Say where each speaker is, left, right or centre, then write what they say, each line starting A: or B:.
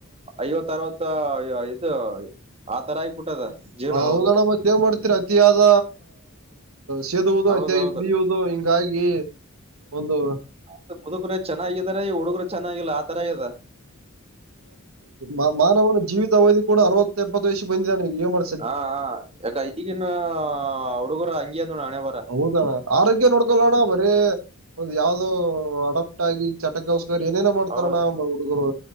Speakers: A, on the right; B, on the right.
A: ಐವತ್ ಅರವತ್ತ ಇದು ಆ ತರ ಆಗ್ಬಿಟ್ಟದ ಜೀವನ
B: ಹ
A: ಹೌದು
B: ಹೌದಣ್ಣ ಮದೇವ್ ಮಾಡ್ತೀರ ಅತಿಯಾದ ಸೇದುವುದು
A: ಹೌದೌದು
B: ಅತಿಯಾಗಿ ಪಡಿಯುವುದು ಹಿಂಗಾಗಿ ಒಂದು
A: ಮ ಮುದುಗರು ಚೆನ್ನಾಗಿದಾರ ಈ ಹುಡುಗರು ಚೆನ್ನಾಗಿಲ್ಲ ಆತರ ಇದ
B: ಹ ಮಾನವನ ಜೀವಿತಾವಧಿ ಕೂಡ ಅರವತ್ತ ಎಪ್ಪತ್ತು ವಯಷ ಬಂದಿದ್ದ ಏನ್ ಮಾಡ್ತ
A: ಹಾ ಹ ಯಾಕ ಈಗಿನ ಹುಡುಗರ ಅಂಗಿ ಅಂದೋ ಹಣೆ ಬರ
B: ಹೌದಣ ಆರೋಗ್ಯ ನೋಡ್ಕೊಲ್ಲಣ್ಣ ಬರೇ ಒಂದು ಯಾವ್ದೋ ಹಡ ರಾಗಿ ಚಟಕಸ್ಕ ಏನೇನೋ ಮಾಡ್ತಾರಣ
A: ಹೌದ್
B: ಹುಡುಗರು